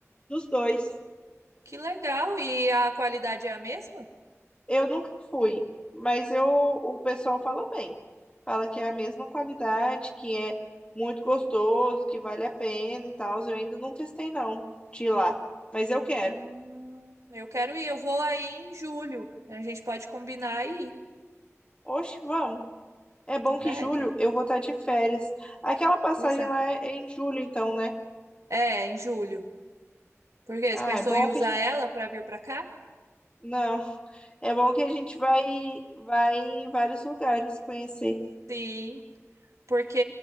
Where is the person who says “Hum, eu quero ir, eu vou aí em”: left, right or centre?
Right